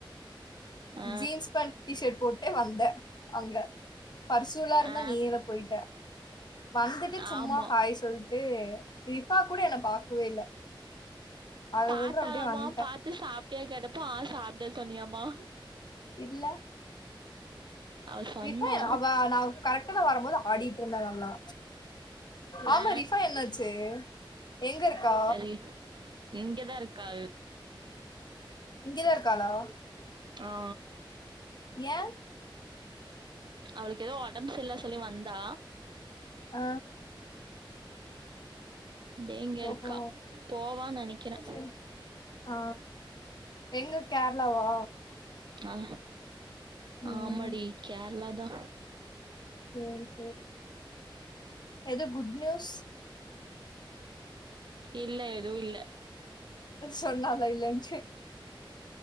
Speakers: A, on the right (about 60°); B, on the left (about 55°).
A: ஆ
B: ஜீன்ஸ் பேண்ட் டி ஷர்ட் போட்டே வந்தே அங்க பர்சுலா இருந்தா
A: ஆ
B: நீ என்ன போய்ட்ட வந்துட்டு சும்மா
A: ஆமா
B: ஹாய் சொல்ட் டு ரிஃபா கூட என்ன பாக்கவே இல்ல அதுக்கப்புறோ
A: பாத்தாலாமா
B: அப்டியே வந்ட்டே
A: பாத் து சாப்ட்டியா கேட்டப்ப ஆ சாப்டே சொன்னியாம்மா
B: இல்ல
A: அவ சொன்னா
B: ரிஃபாயா அவ நா கரெக்டான வரும்போது ஆடிட்டு இருந்தா நல்லா ஆமா
A: ஆ
B: ரிஃபாயா என்னாச்சு எங்க இருக்கா
A: சரி இங்கதா இருக்கா
B: இங்கதா இருக்காளா
A: ஆ
B: ஏ
A: அவ்ளுக்கு எதோ ஒடம்பு சரி இல்ல சொல்லி வந்தா
B: ஆ
A: அப்டியே இங்க
B: ஓஹோ
A: இருக்கா போவான்னு நெனைக்கிறே
B: செரி ஆ எங்க கேர்ளாவா
A: ஆ
B: ம்
A: ஆமா டி கேர்ளா தா
B: சேரி சேரி எதும் குட் நியூஸ்
A: இல்ல எதுவு இல்ல
B: சொன்னால இல்லண்டு